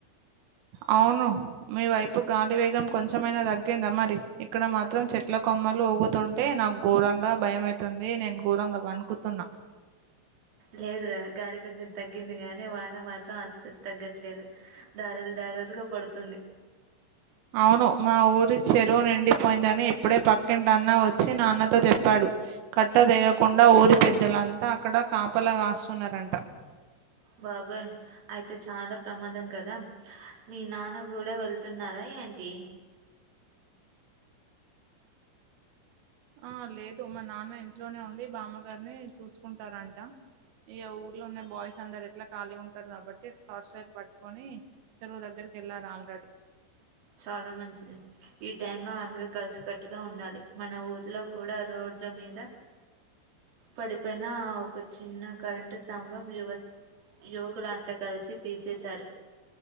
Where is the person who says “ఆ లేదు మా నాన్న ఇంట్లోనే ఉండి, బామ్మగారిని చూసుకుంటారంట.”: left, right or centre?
Right